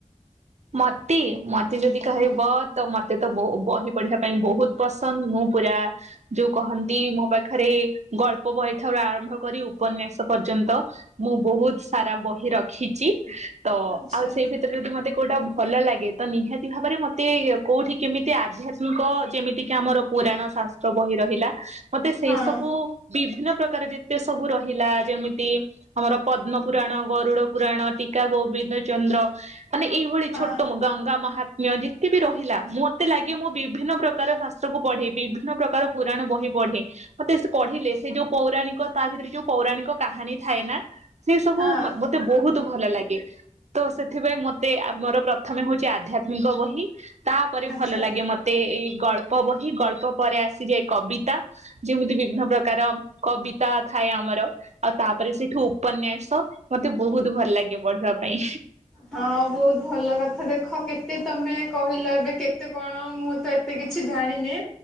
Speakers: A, on the right (about 60°); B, in the centre.
A: ମତେ, ମତେ ଯଦି କହିବ
B: ହୁଁ
A: ତ ମତେ ତ ବୋ ବହି ପଢିବା ପାଇଁ ବହୁତ ପସନ୍ଦ, ମୁଁ ପୁରା ଯୋଉ କହନ୍ତି ମୋ ପାଖରେ ଗଳ୍ପ ବହି ଠାରୁ ଆରମ୍ଭ କରି ଉପନ୍ୟାସ ପର୍ଯ୍ୟନ୍ତ ମୁଁ ବହୁତ ସାରା ବହି ରଖିଚି, ତ
B: ଆଚ୍ଛା
A: ଆଉ ସେଇ ଭିତରୁ ଯଦି ମତେ କୋଉଟା ଭଲ ଲାଗେ, ତ ନିହାତି ଭାବରେ ମତେ କୋଉଠି କେମିତି ଆଧ୍ୟାତ୍ମିକ ଯେମିତି କିି ଆମର ପୁରାଣ ଶାସ୍ତ୍ର ବହି ରହିଲା ମତେ ସେ
B: ହଁ
A: ସବୁ ବିଭିନ୍ନ ପ୍ରକାର ଯେ ତେ ସବୁ ରହିଲା ଯେମିତି ଆମର ପଦ୍ମ ପୁରାଣ। ଗରୁଡ ପୁରାଣ, ଟିକା ଗୋବିନ୍ଦ ଚନ୍ଦ୍ର ମାନେ ଏଇଭଳି
B: ହଁ
A: ଛୋଟ ଗଙ୍ଗା ମହା ତ୍ମ୍ୟ ଯେତେ ବିି ରହିଲା ମତେ ଲାଗେ ମୁଁ ବିଭିନ୍ନ ପ୍ରକାର ଶାସ୍ତ୍ରକୁୁ ପଢେ, ବିଭିନ୍ନ ପ୍ରକାର ପୁରାଣ ବହି ପଢ଼େ। ମତେ ସେ ପଢିଲେ ସେ ଯୋଉ ପୌରାଣିକ ତା ଭିତେରେ ଯୋଉ ପୌରାଣିକ କାହାଣୀ ଥାଏନା ସେ ସବୁ
B: ହଁ
A: ମତେ ବହୁତୁ ଭଲ ଲାଗେ, ତ ସେଥିପାଇଁ ମ ତେ ଆମର ପ୍ରଥମେ ହଉଚି ଆଧ୍ୟାତ୍ମିକ ବହି, ତାପରେ
B: ଆଚ୍ଛା।
A: ଭଲ ଲାଗେ ମ ତେ ଏଇ ଗଳ୍ପ ବହି ଗଳ୍ପ ପରେ ଆସିଯାଏ କବିତା। ଯେମିତି ବିଭିନ୍ନ ପ୍ରକାର କବିତା ଥାଏ ଆମର। ଆଉ ତାପରେ ସେଇଠୁ ଉପନ୍ୟାସ ମତେ ବହୁତୁ ଭଲ ଲାଗେ ପଢିବା ପାଇଁ।
B: ହଁ ବହୁତ୍ ଭଲ କଥା ଦେଖ କେତେ ତମେ କହିଲ ଏବେ କେତେ କଣ, ମୁଁ ତ ଏ ତେ କିଛି ଜାଣିନି।